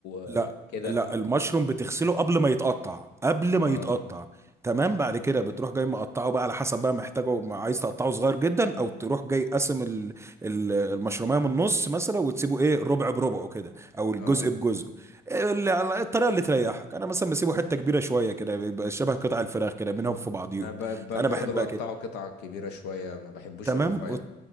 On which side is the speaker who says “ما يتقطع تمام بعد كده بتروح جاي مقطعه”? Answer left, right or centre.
Right